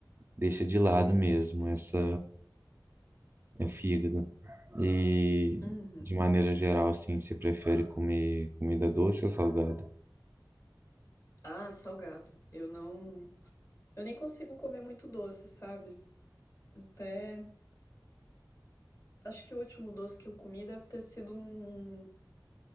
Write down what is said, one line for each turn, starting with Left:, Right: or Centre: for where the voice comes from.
Right: deixa de lado mesmo essa é o fígado. E
Left: Uhum.
Right: de maneira geral, assim, você prefere comer comida doce ou salgada?
Left: Ah, salgado. Eu não. Eu nem consigo comer muito doce, sabe? Até acho que o último doce que eu comi deve ter sido um,